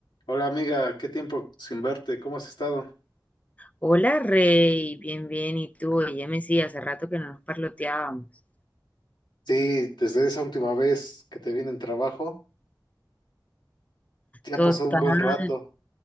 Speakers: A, on the left; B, on the left.
A: Hola amiga, qué tiempo sin verte, ¿cómo has estado?
B: Hola Rey, bien, bien, ¿y tú? Óyeme, sí, hace rato que no nos parloteábamos.
A: Sí, desde esa última vez que te vine en trabajo, ya
B: Total,
A: ha pasado un buen rato.